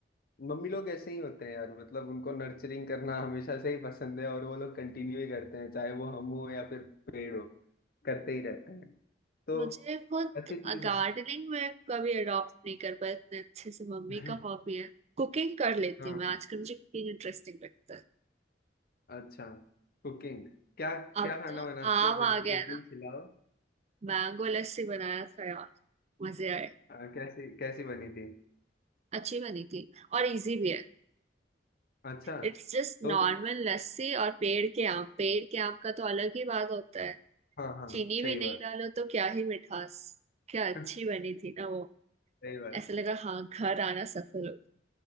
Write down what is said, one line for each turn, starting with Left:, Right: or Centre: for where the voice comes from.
Left: मम्मी लोग ऐसे ही होते हैं यार मतलब उनको नर्चरिंग करना हमेशा से ही पसंद है और वो लोग कंटिन्यू ही करते हैं चाहे वो हम हो या फिर पेड़ हो करते ही रहते हैं तो
Right: मुझे खुद
Left: अच्छी चीज
Right: गार्डनिंग
Left: है
Right: में कभी अडॉप्ट नहीं कर पाया इतने अच्छे से मम्मी
Left: <laughs>
Right: का हॉबी है कुकिंग कर लेती
Left: हाँ
Right: हूँ मैं आजकल मुझे कुकिंग इंटरेस्टिंग लगता है
Left: अच्छा कुकिंग क्या क्या
Right: अब
Left: खाना
Right: तो
Left: बनाती
Right: आम
Left: हो फिर
Right: आ गया
Left: एक
Right: है
Left: दिन
Right: ना
Left: खिलाओ
Right: मैंगो लस्सी बनाया था यार मजे आए
Left: आ, कैसी कैसी बनी थी
Right: अच्छी बनी थी और इजी भी है
Left: अच्छा
Right: इट्स जस्ट
Left: तो
Right: नॉर्मल लस्सी और पेड़ के आम पेड़ के आम का तो अलग ही बात होता है
Left: हाँ हाँ
Right: चीनी
Left: सही
Right: भी नहीं
Left: बात
Right: डालो तो क्या ही मिठास क्या अच्छी
Left: <laughs>
Right: बनी थी ना वो
Left: सही बात
Right: ऐसा लगा हाँ घर आना सफल हो